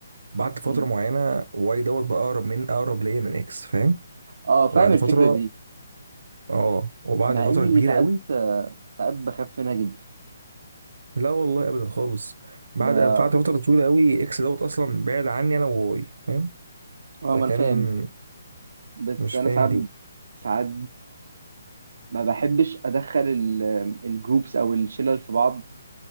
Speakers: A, on the right; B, on the right.
A: بعد فتره
B: مم.
A: معينه واي دوت بقى اقرب من اقرب ليا من اكس فاهم
B: اه فاهم
A: وبعد
B: الفكرة
A: فتره
B: دي
A: اه وبعد
B: مع
A: فتره
B: اني
A: كبيره
B: ساعات
A: قوي
B: آه ساعات بخاف منها جدا
A: لا والله ابدا خالص بعد
B: ب... اه
A: بعد فتره طويله قوي اكس دوت اصلا بعد عني انا وواي فاهم
B: ما
A: فكان
B: انا فاهم بس
A: مش
B: انا
A: فاهم
B: ساعات
A: ليه
B: ساعات ما بحبش ادخل ال- الجروبس او الشلل في بعض